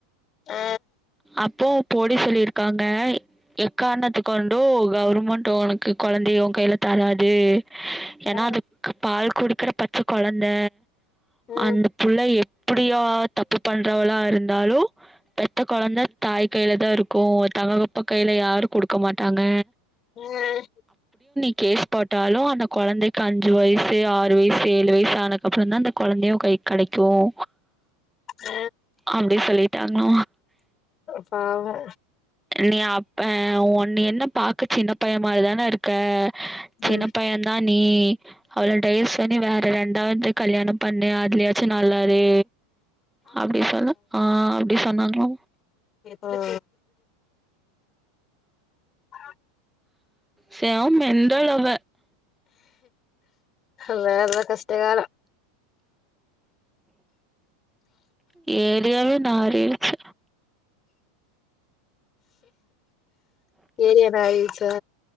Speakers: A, on the left; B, in the centre.
A: ஆ
B: அப்போ போடி சொல்லியிருக்காங்க எக்காரணத்து கொண்டு கவர்மெண்ட் உனக்கு கொழந்தைய ஓ கைல தராது ஏன்னா
A: ஆ
B: அதுக்கு பால் குடுக்கிற பச்ச கொழந் இந்த
A: ம்
B: அந்த புள்ள எப் த்த எப்படியோ தப்பு பண்றவளா இருந்தாலு பெத்த கொழந்த தாய் கையிலதா இருக்கும் தகப்பன் கையில யாரும் குடுக்க மாட்டாங்க
A: உம்
B: ஃகேஸ் போட்டாலு அந்த கொழந்தைக்கு அஞ்சு வயசு ஆறு வயசு ஏழு வயசான அதுக்கப்பறந்தா அந்த குழந்தையே ஓ கைக்கு கெடைக்கும்
A: அ
B: அப்டி சொல்லிட்டாங்களோ
A: பாவோ
B: நீ அப்ப உன்னு என்ன பக்கா சின்ன பையன் மாரிதான இருக்க சின்ன
A: ம்
B: பையந்தான் நீ அவ்ளோ டவஸ் பண்ணி வேற ரெண்டாவது கல்யாணோ பண்ணு அதுலயாச்சு நல்லாரு அப்புடி சொன்ன ஆ இப்டி சொன்னாங்களோ
A: எஃகோ ஆ
B: செம மெண்டல் அவ
A: அத அந்த கஷ்டகாலோ
B: ஏரியாவ்லயு நாறிடுச்சு
A: ஏரியா நாறிடுச்சா